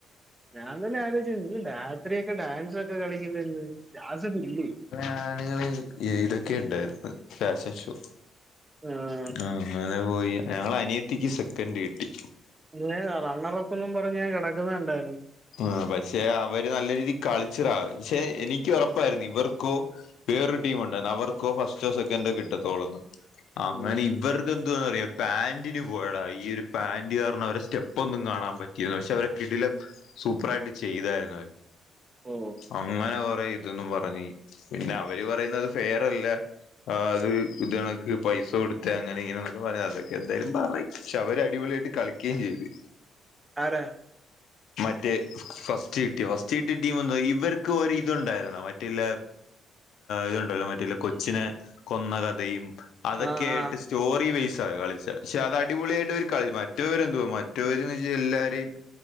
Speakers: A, on the right (about 20°); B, on the left (about 75°).
A: ഞാൻ തന്നെ ആലോച്ച് ന്ന് രാത്രിയൊക്കെ ഡാൻസൊക്കെ കളിക്കുന്ന് രാസൊ ഇല്ലേ
B: ആളുകള് ഏയ്തൊക്കെ ഇണ്ടായിര്ന്ന് ഫാഷൻ ഷോ
A: ആഹ്
B: ആ അങ്ങനെ പോയി ഞളെ അനിയത്തിക്ക് സെക്കൻഡ് കിട്ടി
A: ന്ന് റണ്ണറപ്പന്നും പറഞ്ഞാ കെടക്കുന്ന ഇണ്ടായിരുന്നു
B: ആ പക്ഷെ അവര് നല്ല രീതിയിൽ കളിച്ചറാ പക്ഷെ എനിക്ക് ഉറപ്പായിരുന്നു ഇവർക്കോ വേറൊരു ടീമ ഉണ്ടായി അവർക്കോ ഫസ്റ്റോ സെക്കൻഡോ കിട്ടത്തോളന്ന് അങ്ങനെ
A: ഉം
B: ഇവർ എന്തുവാണറിയോ പാന്റിന് പോയടാ ഈ ഒരു പാന്റ് കാരണം അവരെ സ്റ്റെപ്പ് ഒന്നും കാണാൻ പറ്റിത പക്ഷെ അവരെ കിടിലം സൂപ്പറായിട്ട് ചെയ്തായിരുന്നു അവര്
A: ഓ
B: അങ്ങനെ കുറെ ഇ ഇതൊന്നും പറഞ്ഞ് പിന്നെ അവര് പറയുന്നത് ഫെയർല്ല ആ അത് ഇത് കണക്ക് പൈസ കൊടുത്ത അങ്ങനെ ഇങ്ങനെന്നൊക്കെ പറയാ അതൊക്കെ എന്തായാലും പറയ് പക്ഷെ അവര് അടിപൊളിയായിട്ട് കളിക്കെ ചെയ്ത്
A: ആരാ
B: മറ്റേ ഫസ്റ്റ് കിട്ടിയ ഫസ്റ്റ് കിട്ടിയ ടീമ് ഒന്ന ഇവർക്ക് ഒരി ഇത് ഉണ്ടായിരുന്ന മറ്റെല്ല ഇതുണ്ടല്ലോ മറ്റലെ കൊച്ചിനെ കൊന്ന കഥയും അതൊക്കെയ
A: ആഹ്
B: ആയിട്ട്
A: ആഹ്
B: സ്റ്റോറി ബേസ് ആ കളിച്ച ക്ഷെ അത് അടിപൊളിയായിട്ട് അവര് കള മറ്റവര് എന്തുവാ മറ്റവരന്ന് വെച്ചാൽ എല്ലാരെയും